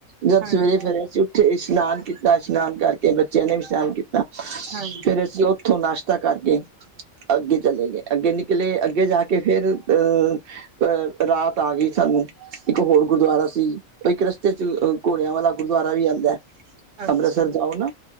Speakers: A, on the right; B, on the right.
A: ਜਦ
B: ਹਾਂਜੀ,
A: ਸਵੇਰੇ ਫਿਰ ਅਸੀਂ ਉੱਠੇ ਇਸ਼ਨਾਨ ਕੀਤਾ, ਇਸ਼ਨਾਨ ਕਰਕੇ ਬੱਚਿਆਂ ਨੇ ਵੀ ਇਸ਼ਨਾਨ ਕੀਤਾ।
B: ਹਾਂਜੀ,
A: ਫੇਰ ਅਸੀਂ ਉੱਥੋਂ ਨਾਸ਼ਤਾ ਕਰ ਅੱਗੇ ਚਲੇ ਗਏ, ਅੱਗੇ ਨਿਕਲੇ, ਅੱਗੇ ਜਾ ਕੇ ਫਿਰ ਅਹ ਅਹ ਰਾਤ ਆ ਗਈ ਸਾਨੂੰ, ਇੱਕ ਹੋਰ ਗੁਰਦੁਆਰਾ ਸੀ। ਇੱਕ ਰਸਤੇ 'ਚ, ਘੋੜਿਆਂ ਵਾਲਾ ਗੁਰਦੁਆਰਾ ਵੀ ਆਉਂਦਾ ਹੈ।
B: ਅੱਛਾ,
A: ਅੰਮ੍ਰਿਤਸਰ ਜਾਓ ਨਾ,